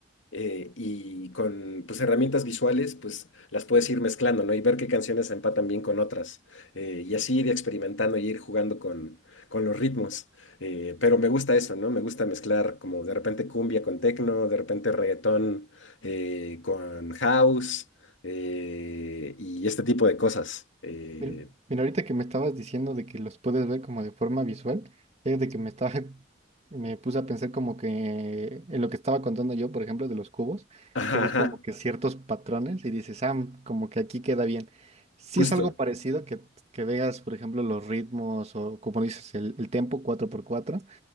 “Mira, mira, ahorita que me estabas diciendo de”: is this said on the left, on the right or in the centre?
Right